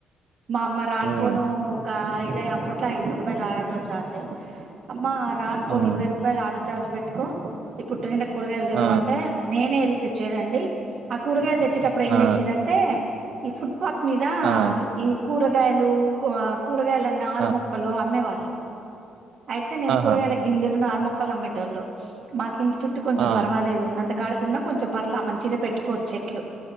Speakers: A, on the right; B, on the right.
A: మా అమ్మ రానిపోను
B: ఉమ్
A: ఒక ఐద అప్పు అట్లా ఐదు రూపాయల ఆటో చార్జ్ అమ్మా రానుపోని
B: ఉమ్
A: ఇరవై రూపాయల ఆటో చార్జ్ పెట్టుకో ఈ పుట్టటింట కూరగాయలు తెప్
B: ఆ
A: అంటే నేనే వెళ్ళి తెచ్చేదండి ఆ కూరగాయలు తెచ్చ వచ్చేటప్పుడు ఏం
B: ఆ
A: చేసేదంటే ఈ ఫుట్పాత్ మీద
B: ఆ
A: ఈ కూరగాయలు కూరగాయల నారుమొక్కలు
B: ఆ
A: అమ్మేవాళ్ళు అయితే నేను
B: ఆహా
A: కూరగాయల గింజలు నారు మొక్కలు క్క అమ్మేటోళ్ళు మాకి ఇంటి చుట కొంచెం
B: ఆ!
A: పర్వాలేదు ఉన్నంత కాడకున్నా కొంచెం పర్లా మంచిగా పెట్టుకోవచ్చు చెట్లు